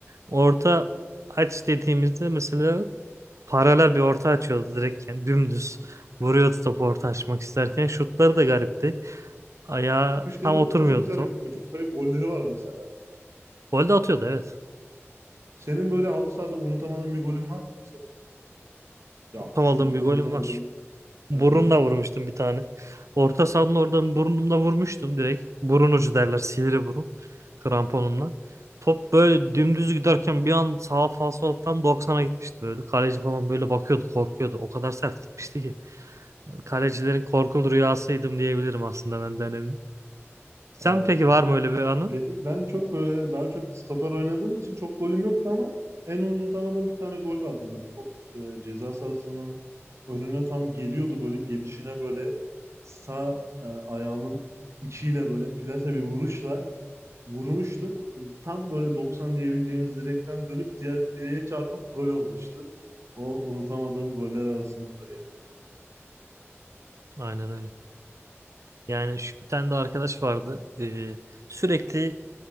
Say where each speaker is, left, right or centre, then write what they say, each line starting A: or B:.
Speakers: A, on the right; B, on the right.
A: orta aç dediğimizde mesela paralel bir orta açıyordu direkt yani dümdüz vuruyordu topu orta açmak isterken şutları da garipti. Ayağı
B: Vuruşları
A: tam oturmuyordu
B: ama çok garip.
A: top.
B: ve Çok garip golleri var mesela.
A: Gol de atıyordu evet.
B: Senin böyle halı sahada unutamadığın bir golün var mı mesela? Ya
A: Tam
B: şunu
A: aldığım
B: da
A: bir
B: unutamadım
A: golüm var. Burunla
B: mesela.
A: vurmuştum bir tane. Orta sahanın oradan burnumla vurmuştum direkt. Burun ucu derler sivri burun. Kramponumla. Top böyle dümdüz giderken bir an sağ falsolattan 90'a gitmişti böyle. Kaleci falan böyle bakıyordu korkuyordu. O kadar sert gitmişti ki. Yani kalecilerin korkulu rüyasıydım diyebilirim aslında ben dönemin. Sen
B: Ee,
A: peki var mı öyle bir anı?
B: Benim- ben çok böyle daha çok stoper oynadığım için çok golüm yoktu ama en unutamadığım bir tane gol vardı böyle top e, ceza sahasının önüne tam geliyordu böyle gelişine böyle sağ e, ayağımın içiyle böyle plase bir vuruşla vurmuştum. Tam böyle 90 diyebileceğimiz direkten dönüp diğer direğe çarpıp gol olmuştu. O unutamadığım goller arasındadır yani.
A: Aynen öyle. Yani şu, bir tane de arkadaş vardı. Ee, sürekli